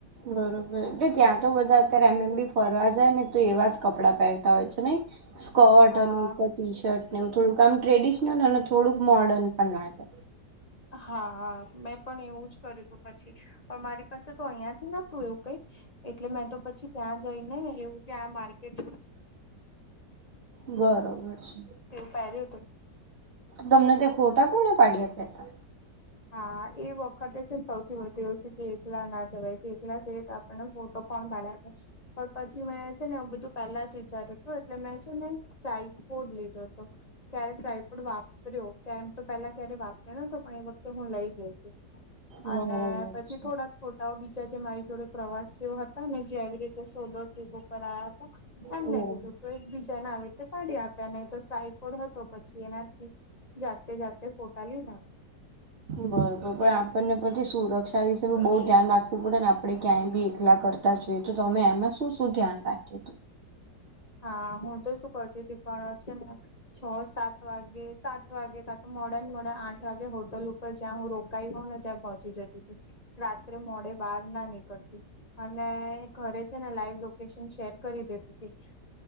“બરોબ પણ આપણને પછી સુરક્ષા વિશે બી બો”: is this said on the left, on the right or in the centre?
Right